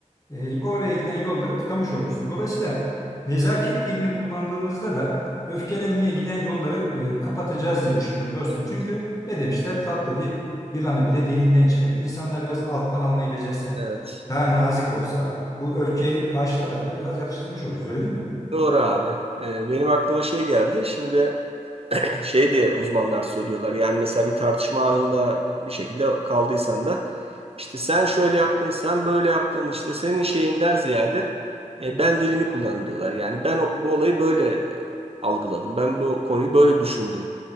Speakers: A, on the left (about 25°); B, on the right (about 50°).
A: E, oraya giden yolları tıkamış olursun. Dolayısıyla nezaket dilini kullandığımızda da öfkelenmeye giden yolları e, kapatacağız diye düşünüyorum dostum.
B: evet.
A: Çünkü ne demişler? Tatlı dil yılanı bile deliğinden çıkarıyor. İnsanlar biraz alttan almayı becerse,
B: evet.
A: daha nazik olsa bu öfkeyi karşı tarafı da biraz yatıştırmış oluruz öyle değil mi?
B: Doğru abi. Ee, benim aklıma şey geldi. Şimdi şey diye uzmanlar söylüyorlar. Yani mesela bir tartışma anında bir şekilde kaldıysan da işte sen şöyle yaptın, sen böyle yaptın işte senin şeyinden ziyade e, ben dilini kullan diyorlar. Yani ben o- bu olayı böyle algıladım. Ben bu konuyu böyle düşündüm.